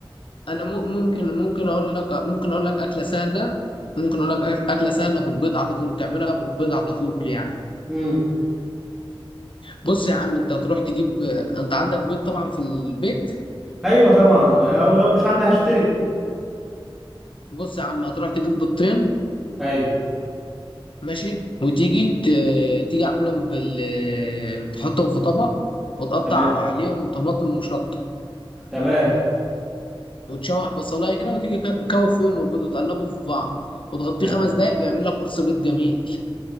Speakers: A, on the left; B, in the centre.
A: أنا مم- ممكن ممكن أقول لك ممكن أقول لك أكلة سهلة ممكن أقول لك أكلة سهلة بالبيض على طول تعملها بالبيض على طول يعني
B: امم
A: بص يا عم انت هتروح تجيب انت عندك بيض طبعا في البيت
B: أيوة طبعا أو لو مش عندي هشتري
A: بص يا عم هتروح تجيب بيضتين
B: ايوه
A: ماشي وتيجي ت... تيجي اعملهم بال تحطهم في طبق وتقطع
B: تمام
A: عليهم طماطم وشطه
B: تمام
A: وتشوح بصلايه كده وتيجي ك- كوف فيهم البيض وتقلبه في بعض وتغطيه
B: نعم.
A: خمس دقايق بيعمل لك قرص بيض جميل